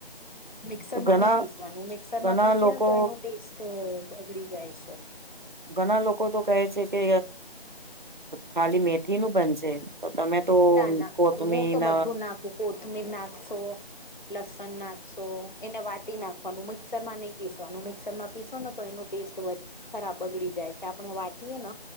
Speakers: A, on the left (about 50°); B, on the right (about 50°).
A: મિક્સરમાં
B: તો ઘણા
A: નહી પીસવાનું મિક્સરમાં
B: ઘણા
A: પીસીએ
B: લોકો
A: ને તો એનું ટેસ્ટ બગડી જાય છે.
B: ઘણા લોકો તો કહે છે કે ખાલી મેથી નું બનશે તો તમે તો
A: ના ના
B: કોથમીર
A: મું તો બધું નાખું કોથમીર નાખશો લસણ નાખશો એને વાટી નાખવાનું મિક્સર માં નહી પીસવાનું મિક્સર માં પીસો ને તો એનું ટેસ્ટ ખરાબ વધ ખરાબ બગડી જાય છે, આપણે વાંટીએ ન